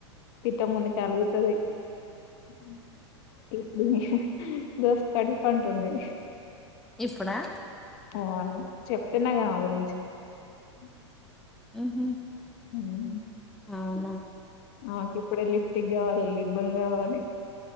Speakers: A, on the left; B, in the centre.
A: తిట్టక్ ముందుకె అలుగుతది. ఆ ఇప్పుడు మే దోస్త్ కటీఫ్ అంటుంది.
B: ఇప్పుడా?
A: ఆ చెప్తున్నాగా ఆమె గురించి. అ
B: ఆహ
A: మ్
B: అవునా!
A: ఆ కిప్పుడె లి టిక్ కావాలి. లిబ్బామ్ కావాలి.